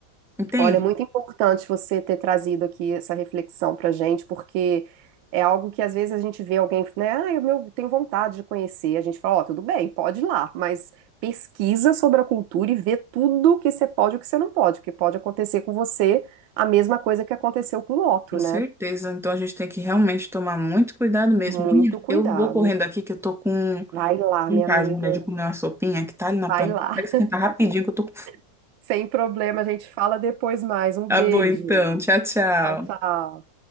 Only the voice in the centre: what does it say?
entende?
Com certeza.
Então a gente tem que realmente tomar muito cuidado mesmo.
Menina,
eu vou correndo aqui que eu tô com
vontade,
mulher, de comer uma sopinha que tá ali na
panela.
Quero esquentar rapidinho que eu tô com.
Tá
bom, então. Tchau, tchau.